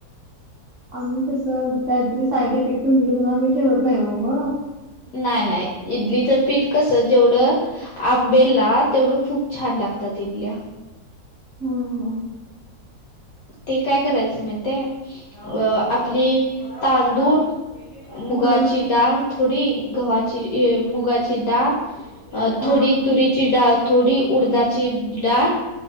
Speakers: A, on the right (about 65°); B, on the left (about 75°).
A: आम्ही तसं त्यातरी साईड इफेक्ट होईल म्हणून आम्ही ठेवत नाही हो मग
B: नाही नाही इडलीचं पीठ कस जेवढं आंबेला तेवढं खूप छान लागतात इडल्या
A: हो हो
B: ते काय करायचं माहितेय अ आपली तांदूळ मुगाची
A: हा
B: डाळ थोडी गव्हाची मुगाची डाळ अ
A: हा
B: थोडी तुरीची डाळ थोडी उडदाची डाळ